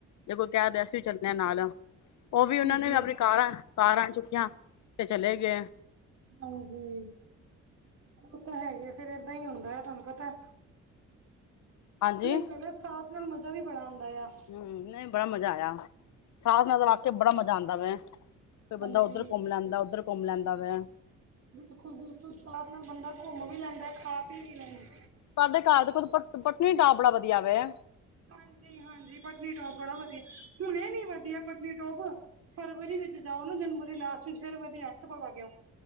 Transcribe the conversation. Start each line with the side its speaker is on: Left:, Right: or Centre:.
Left: ਜੇ ਕੋਈ ਕਹਿ ਦੇ ਅਸੀਂ ਵੀ ਚੱਲਣੇ ਆ ਨਾਲ, ਓ ਵੀ
Right: ਜੀ
Left: ਉਨਾ ਨੇ
Right: ਜੀ
Left: ਵੀ ਆਪਣੀ ਕਾਰਾਂ ਕਾਰਾਂ ਚੁੱਕੀਆਂ ਤੇ ਚਲੇ ਗੇ।
Right: ਹਾਂਜੀ, ਓ ਤਾਂ ਹੈਈ ਏ ਫੇਰ ਏਦਾ ਈ ਹੁੰਦਾ ਤਾਨੂੰ ਪਤਾ।
Left: ਹਾਂਜੀ
Right: ਨਾਲੇ ਗਲੇ ਸਾਥ ਨਾਲ ਮਜ਼ਾ ਵੀ ਬੜਾ ਆਂਦਾ ਆ।
Left: ਹੂੰ, ਨਈ ਬੜਾ ਮਜ਼ਾ ਆਇਆ, ਸਾਥ ਨਾ ਤਾ ਵਾਕੇ ਬੜਾ ਮਜ਼ਾ ਆਂਦਾ ਵੈਂ।
Right: ਹਾਂਜੀ
Left: ਕੋਈ ਬੰਦਾ ਉੱਧਰ ਘੌਮ ਲੈਂਦਾ, ਉੱਧਰ ਘੋਮ ਲੈਂਦਾ ਵੈ।
Right: ਬਿਲਕੁਲ, ਬਿਲਕੁਲ ਸਾਥ ਨਾਲ ਬੰਦਾ ਘੁੰਮ ਵੀ ਲੈਂਦੈ, ਖਾ ਪੀ ਵੀ ਲੈਂਦਾ।
Left: ਸਾਡੇ ਘਰ ਦੇ ਕੋਲ ਪਤ ਪਤਨੀਟਾਪ ਬੜਾ ਵਧੀਆ ਵੈ।
Right: ਹਾਂਜੀ, ਹਾਂਜੀ ਪਤਨੀਟੋਪ ਬੜਾ ਵਧੀਆ, ਹੁਣੇ ਨੀ ਵਧੀਆ ਪਤਨੀਟੋਪ। ਫਰਵਰੀ ਵਿੱਚ ਜਾਓ ਨਾ ਜਨਵਰੀ ਲਾਸਟ ਚ ਫੇਰ ਵਧੀਐ, ਚੱਪਲ ਪਾ ਕੇ ਆਓ।